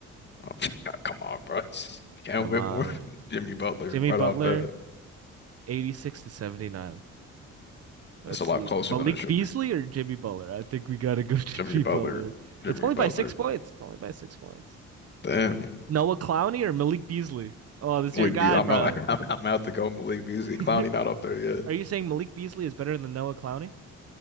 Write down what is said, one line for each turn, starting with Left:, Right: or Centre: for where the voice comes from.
Left: Oh, <laughs> Come on, bro. Cam
Right: Come
Left: Whitmore,
Right: on.
Left: <laughs> Jimmy Butler,
Right: Jimmy
Left: right
Right: Butler,
Left: off bat.
Right: 86 to 79. Let's
Left: That's a lot
Right: see.
Left: closer
Right: Malik
Left: than it should
Right: Beasley
Left: be.
Right: or Jimmy Butler? I think we gotta go <laughs> Jimmy
Left: Jimmy Butler,
Right: Butler.
Left: Jimmy
Right: It's only
Left: Butler.
Right: by six points. It's only by six points.
Left: Damn.
Right: Noah Clowney or Malik Beasley? Oh, this
Left: Malik
Right: is your guy,
Left: B. I'm
Right: bro.
Left: out, <laughs> I'm, I'm out to go Malik Beasley. Clowney
Right: <laughs>
Left: not up there yet.
Right: Are you saying Malik Beasley is better than Noah Clowney?